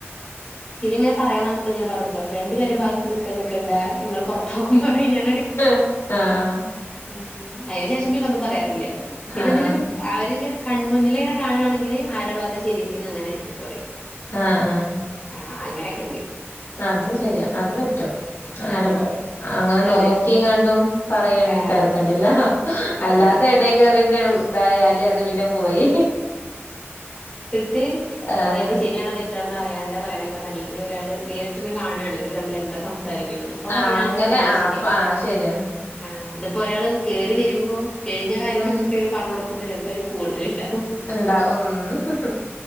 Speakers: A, on the left; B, on the left.
A: പിന്നെങ്ങനെ പറയാം വന്നപ്പോൾ ഞാൻ പറഞ്ഞട്ടോ രണ്ടു പേരെ
B: ഉം
A: ഭാഗത്ത് നിക്കാൻ നിൽക്കണ്ട ഇങ്ങള് പൊറത്താവും പറയും ഞാൻ
B: ഏ ആഹ്
A: ആഹ് അതിന് ശേഷം പിന്നെ ഒന്നും പറയാറില്ല പിന്നെ
B: ആഹ്
A: എന്തേലും അവരിങ്ങനെ കൺമുന്നിൽ ഇങ്ങനെ കാണയാണെങ്കിൽ ആര ഭാഗത്ത ശരിന്നുവെച്ച അങ്ങനെ ചീത്ത പറയും
B: ആഹ് ആഹ്
A: ആഹ് അങ്ങനെയൊക്കെണ്ട്
B: ആഹ് അത് ശരിയ അത് പറ്റും ആരതും
A: ആ
B: അങ്ങനെ
A: അതെ
B: നോക്കിം കണ്ടും പറയാണെങ്കിൽ
A: ആ
B: തരക്കേടില്ല അല്ലാതെ
A: അതെ
B: യെടെ കേറിണ്ടേല് തയാൽ അത് പിന്നെ പോയി
A: ട്ട്
B: ആഹ്
A: അതായത് ശരിയാണോ തെ റ്റാണെന്ന് അറിയാതെ പറയാനൊക്കെ റ്റാൻ അറിയണ്ടേ പറയിനെക്കാൾ നല്ലത് ഒരാൾ നേരിട്ട് തന്നെ കാണുകയാണ് ഇവർ തമ്മിൽ എന്താ സംസാരിക്കുന്നത് ഇപ്പൊ
B: ആഹ്
A: പറയയാണെച്ച
B: അങ്ങനെ
A: കാര്യം
B: ആഹ്
A: ശരിയാണ്
B: അപ്പ ആഹ് ശരിയാ
A: ആഹ് ഇതിപ്പോ ഒരാൾ കേറി വരുമ്പോ കഴിഞ്ഞ കാര്യത്തെ
B: ഉം
A: കുറിച്ച് ഇങ്ങനെ പറഞ്ഞു കൊടുക്കുമ്പോ ചെലപ്പോ അതിന് കൂടുതൽണ്ടാവും
B: ഉണ്ടാവും ഉം